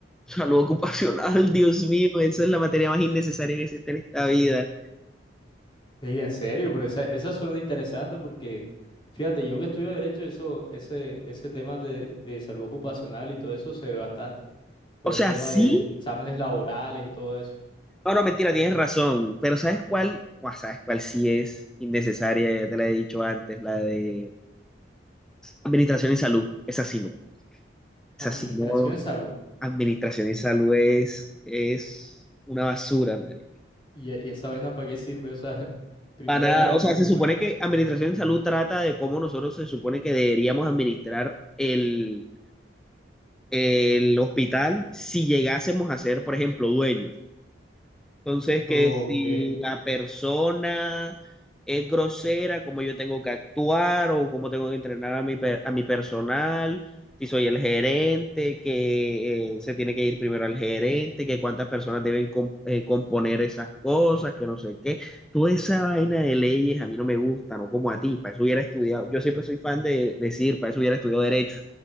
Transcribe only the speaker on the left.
Ey, en serio, pero esa, esa suena interesante porque, fíjate, yo que estudio derecho, eso, ese, ese tema de, de salud ocupacional y todo eso se ve bastante. Todo
el tema
de exámenes laborales y todo eso.
Administración
de salud.
¿Y, e- y esa vaina para qué sirve? O sea, <laughs> primera
vez que la
escucho,
Mari.
Ok.